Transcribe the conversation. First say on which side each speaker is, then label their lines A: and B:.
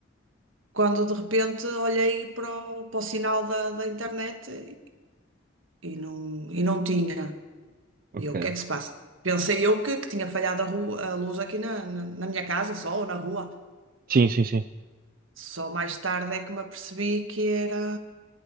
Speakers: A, on the right; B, on the right.
A: quando de repente olhei para o, para o sinal da, da internet e não, e não tinha.
B: Ok.
A: E eu, o que é que se passa? Pensei eu que, que tinha falhado a, ru- a luz aqui na, na, na minha casa só ou na rua.
B: Sim, sim, sim.
A: Só mais tarde é que me apercebi que era